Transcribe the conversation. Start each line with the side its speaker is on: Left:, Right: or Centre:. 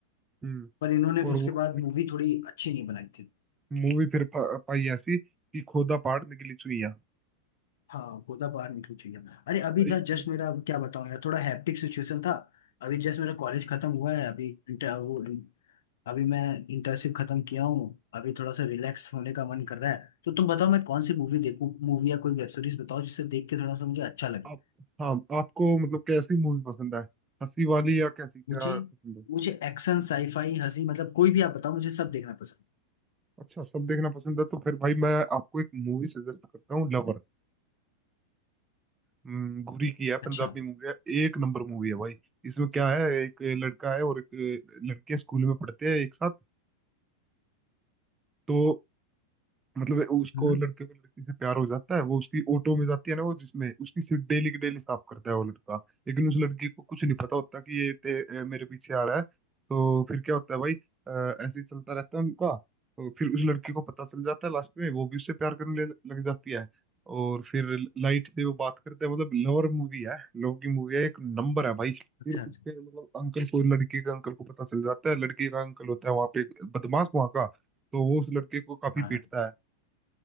Right: हम्म
Left: पर इन्होंने फिर
Right: और
Left: उसके
Right: वो
Left: बाद
Right: फिर
Left: मूवी थोड़ी अच्छी नहीं बनाई थी
Right: मूवी फिर पा- पाई ऐसी कि खोदा पहाड़ निकली चुइयां
Left: हाँ गोदा बाहर निकली चाहिए अरे अभी
Right: इतने
Left: था जस्ट मेरा क्या बताऊँ यार थोड़ा हैप्टिक सिचुएशन था अभी जस्ट मेरा कॉलेज खत्म हुआ है अभी इंटर वो अभी मैं इंटर्नशिप खत्म किया हूँ अभी थोड़ा सा रिलैक्स होने का मन कर रहा है तो तुम बताओ मैं कौन सी मूवी देखूँ मूवी या कोई वेब सीरीज बताओ जिसे देख के थोड़ा सा मुझे अच्छा लगे
Right: आप हाँ आपको मतलब कैसी मूवी पसंद है हंसी वाली या कैसी क्या
Left: मुझे
Right: पसंद है
Left: मुझे एक्शन साईफाई हंसी मतलब कोई भी आप बताओ मुझे सब देखना पसंद
Right: अच्छा सब देखना पसंद है तो फिर भाई मैं आपको एक मूवी सजेस्ट करता हूँ लवर हम्म, घुरी की है
Left: है।
Right: पंजाबी
Left: अच्छा
Right: मूवी है एक नंबर मूवी है भाई इसमें क्या है एक लड़का है और एक लड़की है, स्कूल में पढ़ते हैं एक साथ तो मतलब उसको
Left: हम्म
Right: लड़के को लड़की से प्यार हो जाता है वो उसकी ऑटो में जाती है ना वो जिसमें उसकी सीट डेली की डेली साफ करता है वो लड़का लेकिन उस लड़की को कुछ नहीं पता होता कि ये ते, ए, मेरे पीछे आ रहा है तो फिर क्या होता है भाई अ, ऐसे ही चलता रहता है उनका तो फिर उस लड़की को पता चल जाता है लास्ट में वो भी उससे प्यार करने ल- लग जाती है और फिर लाइट से वो बात करते हैं मतलब लवर मूवी है लव की मूवी है एक नंबर है भाई फिर
Left: अच्छा
Right: उसके
Left: अच्छा
Right: मतलब अंकल को लड़की के अंकल को पता चल जाता है लड़की का अंकल होता है वहां पे बदमाश वहां का तो वो उस लड़के को काफी
Left: हाँ
Right: पीटता है